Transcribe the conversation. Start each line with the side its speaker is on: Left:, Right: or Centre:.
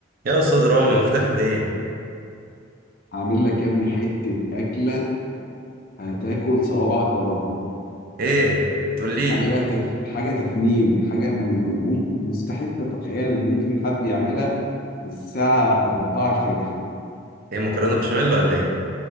Right: يا استاذ رامي مختفي فين
Left: عامل لك يا ابني حتة أكلة هتاكل صوابعك وراها
Right: ايه بتقول لي
Left: حاجة بقى تف... حاجة تفنين حاجة م- م- ممكن مستحيل تتخيل إن ممكن حد يعملها الساعة 4 الفجر
Right: ايه مكرونه بشاميل ولا ايه